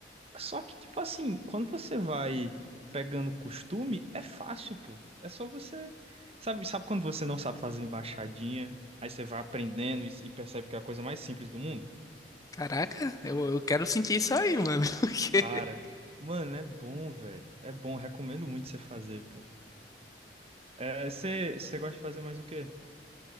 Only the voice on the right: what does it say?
Só que, tipo assim, quando você vai pegando costume, é fácil, pô. É só você. Sabe, sabe quando você não sabe fazer embaixadinha, aí você vai aprendendo e, e percebe que é a coisa mais simples do mundo?
Cara, mano, é bom, velho. É bom, recomendo muito você fazer, pô. É, você você gosta de fazer mais o quê?